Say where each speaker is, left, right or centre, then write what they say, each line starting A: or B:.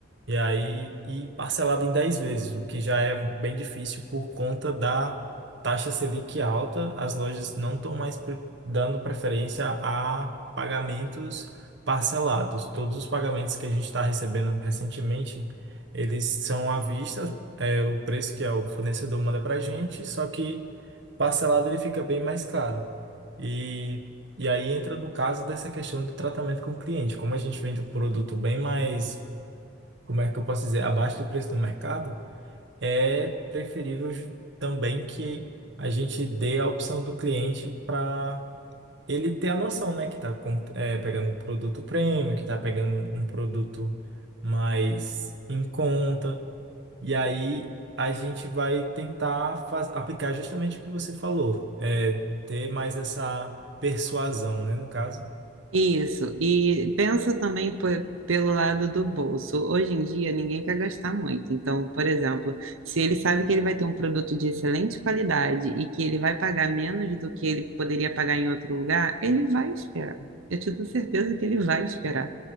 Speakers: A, on the right; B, on the right.
A: E aí, e parcelado em 10 vezes, o que já é bem difícil por conta da taxa Selic alta. As lojas não estão mais pre- dando preferência a pagamentos parcelados. Todos os pagamentos que a gente está recebendo recentemente, eles são à vista, é o preço que é o fornecedor manda para a gente, só que parcelado ele fica bem mais caro. E, e aí entra no caso dessa questão do tratamento com o cliente. Como a gente vende um produto bem mais como é que eu posso dizer, abaixo do preço do mercado, é preferível ju- também que a gente dê a opção do cliente para ele ter a noção, né, que está pegando um produto premium, que está pegando um um produto mais em conta. E aí a gente vai tentar faz- aplicar justamente o que você falou, é, ter mais essa persuasão, né, no caso.
B: Isso, e pensa também po- pelo lado do bolso. Hoje em dia, ninguém quer gastar muito. Então, por exemplo, se ele sabe que ele vai ter um produto de excelente qualidade e que ele vai pagar menos do que ele poderia pagar em outro lugar, ele vai esperar. Eu te dou certeza que ele vai esperar.